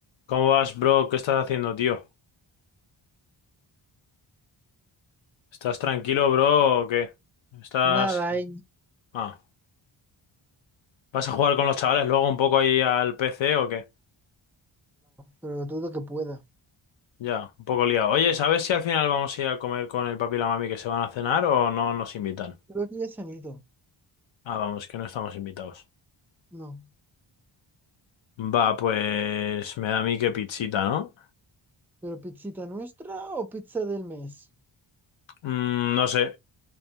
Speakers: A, on the left (about 65°); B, in the centre.
A: ¿Cómo vas, bro? ¿Qué estás haciendo, tío? ¿Estás tranquilo, bro, o qué? ¿Estás...
B: Nada hay ni
A: Ah, ¿vas a jugar con los chavales luego un poco ahí al PC o qué?
B: pero dudo que pueda.
A: Ya, un poco liado. Oye, ¿sabes si al final vamos a ir a comer con el papi y la mami que se van a cenar o no nos invitan?
B: Creo que ya se han ido.
A: Ah, vamos, que no estamos invitados.
B: No.
A: Va, pues me da a mí que pizzita, ¿no?
B: ¿Pero pizzita nuestra o pizza del mes?
A: Mm, no sé.